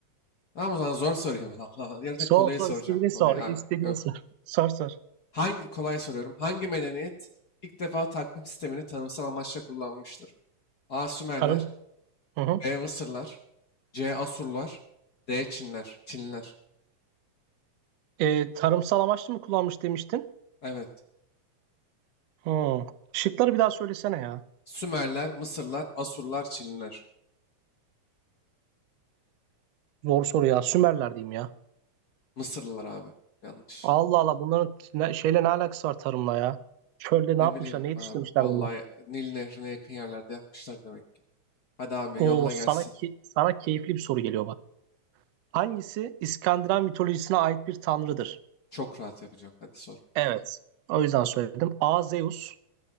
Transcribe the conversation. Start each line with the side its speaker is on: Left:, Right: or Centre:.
Left: Tamam o zaman zor sorayım. <laughs> Allah Allah. Yok
Right: Sor
Left: da kolayı
Right: sor
Left: soracağım.
Right: istediğini sor.
Left: Kolay abi.
Right: İstediğini
Left: Yok.
Right: sor. Sor sor.
Left: Hangi kolay soruyorum? Hangi medeniyet ilk defa takvim sistemini tanımsal amaçla kullanmıştır? A. Sümerler.
Right: Tarım. Hı hı.
Left: B. Mısırlar. C. Asurlar. D. Çinler. Çinler.
Right: Ee, tarımsal amaçlı mı kullanmış demiştin?
Left: Evet.
Right: Hı. Şıkları bir daha söylesene ya.
Left: Sümerler, Mısırlar, Asurlar, Çinliler.
Right: Zor soru ya. Sümerler diyeyim ya.
Left: Mısırlılar abi. Yanlış.
Right: Allah Allah bunların ne, şeyle ne alakası var tarımla ya? Çölde
Left: Ne
Right: ne yapmışlar,
Left: bileyim
Right: ne yetiştirmişler
Left: abi. Vallahi
Right: bunlar?
Left: Nil Nehri'ne yakın yerlerde yapmışlar demek ki. Hadi abi yolla
Right: Oo sana
Left: gelsin.
Right: ki, sana keyifli bir soru geliyor bak. Hangisi İskandinav mitolojisine ait bir tanrıdır?
Left: Çok rahat yapacağım. Hadi sor.
Right: Evet. O yüzden söyledim. A. Zeus,